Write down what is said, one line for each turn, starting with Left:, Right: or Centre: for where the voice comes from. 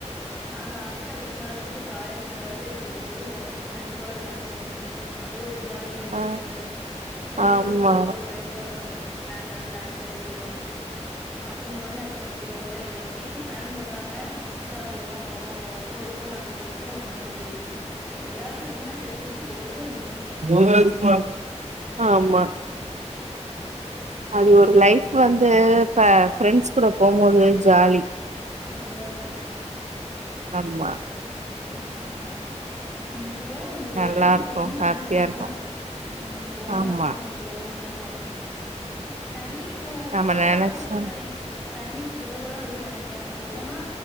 Centre: நா லாஸ்ட்டா குற்றாலத்துக்கு காலேஜ் தேர்ட் இயர் படிக்கும்போது போனோ ஃப்ரெண்ட்ஸோட எல்லாரு சேந்து போனோ அது ஒரு ஜாலி என்ஜாய்மெண்ட்
Right: ஆ
Centre: தான ப்ரெண்ட்ஸோட
Right: ஆமா
Centre: போறது ஒரு வைபாருக்கு வேன்லலா டான்ஸ் ஆடிட்டே போலாம் அப்பம் போனது அதுக்கப்றம் போகவே இல்ல வீட் ட்ல பிளான் போற்றாங்க குற்றாலம் போமா போமா போவன்ட்டு ஒருத்தவங்க அங்கட்டு இழுக்காங்க ஒருத்தவங்க இங்கட்டு இழுக்காங்க கோ எல்லாரையு ஒன்னா சேத்து வச்சு போவே முடியமாட்
Right: <unintelligible> ஆமா அது ஒரு லைஃப் வந்து
Centre: ஆ
Right: இப்ப ஃப்ரெண்ட்ஸ் கூட போம்போது ஜாலி
Centre: ஜாலியாருக்கு
Right: ஆமா
Centre: போவ்னுமா ம் போணுந் இந்த வருஷோ
Right: நல்லா
Centre: எப்டியோ
Right: இருக்கு
Centre: போன்னு நெனச்சிருக்கோ
Right: ஹாப்பியா இருக்கு
Centre: ம் போன்னு
Right: ஆமா
Centre: நெனச்சிருக்கோ போ முடிதான்னு பாப்போ தண்ணி இப்போ
Right: நம்ம
Centre: ஸ்லோவா
Right: நெனச்சா
Centre: தா உழுதுன்னு நெனைக் தண்ணி இப்ப ஸ்லோவா தா விழுதுன்னு நெனைக்கே போனா